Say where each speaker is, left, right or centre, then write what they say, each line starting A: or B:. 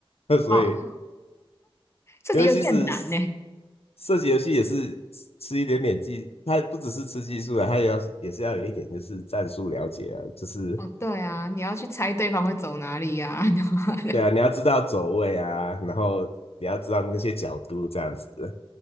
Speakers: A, on the left (about 85°); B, on the left (about 25°).
A: <laughs> 所以
B: 哦，这题游戏很难呢。
A: 因为其实射击游戏也是吃一点点技，它不只是吃技术的，它也要也是要有一点就是战术了解啊，就是
B: 哦，对啊，你要去猜对方会走哪里呀、<laughs> 然后还 <laughs>
A: 对啊，你要知道走位啊，然后你要知道那些角度这样子。